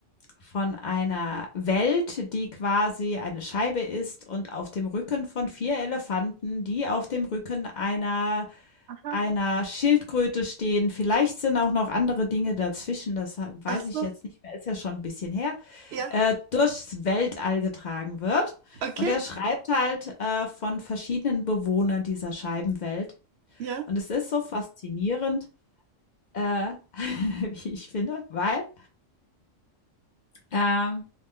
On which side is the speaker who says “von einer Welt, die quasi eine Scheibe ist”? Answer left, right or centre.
Left